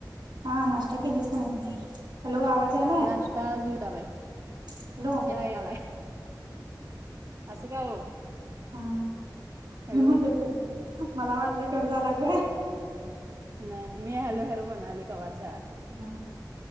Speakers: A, on the right; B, on the right.
A: हा नाश्ता केलीच का नाही. हॅलो आवाज यायला.
B: नाश्ता जवता बाई
A: हॅलो
B: याला यालाय असं का हो
A: हा
B: हॅलो
A: मी म्हणते कट झाला. मला वाटल कट झाला काय.
B: नाही नाही मी हॅलो हॅलो म्हणाले कवाचान
A: हा हा